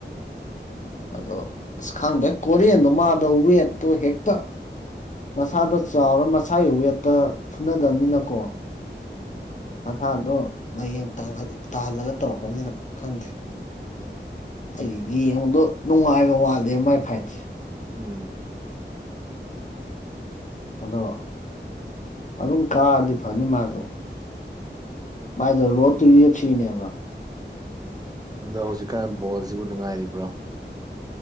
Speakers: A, on the left; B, on the right.
A: ꯑꯗꯣ ꯑꯁ ꯈꯪꯗꯦ ꯀꯦꯟꯗꯣ ꯃꯥꯗꯣ ꯋꯦꯠꯇꯣ ꯍꯦꯛꯇ ꯃꯁꯥꯗꯣ ꯆꯥꯎꯔ ꯃꯁꯥꯒꯤ ꯋꯦꯠꯇ ꯐꯨꯅꯗꯕꯅꯤꯅꯀꯣ
B: ꯎꯝ
A: ꯃꯁꯥꯗꯣ ꯃꯌꯦꯡ ꯇꯥꯍꯜꯂꯒ ꯇꯧꯔꯛꯄꯅꯤꯅ ꯈꯪꯗꯦ ꯑꯩ ꯌꯦꯡꯕꯗꯣ ꯅꯨꯡꯉꯥꯏꯕ ꯋꯥꯠꯂꯦ ꯃꯥꯏ ꯐꯥꯏꯠꯁꯦ
B: ꯎꯝ
A: ꯑꯗꯣ ꯑꯗꯨꯝ ꯀꯥꯑꯗꯤ ꯐꯅꯤ ꯃꯥꯁꯨ
B: ꯎꯝ
A: ꯃꯥꯏꯗ ꯔꯣꯠꯇꯨꯗꯤ ꯐꯤꯅꯦꯕ
B: ꯎꯝ ꯑꯗ ꯍꯧꯖꯤꯛꯀꯥꯟ ꯕꯣꯜꯁꯤꯕꯨ ꯅꯨꯡꯉꯥꯏꯔꯤꯕ꯭ꯔꯣ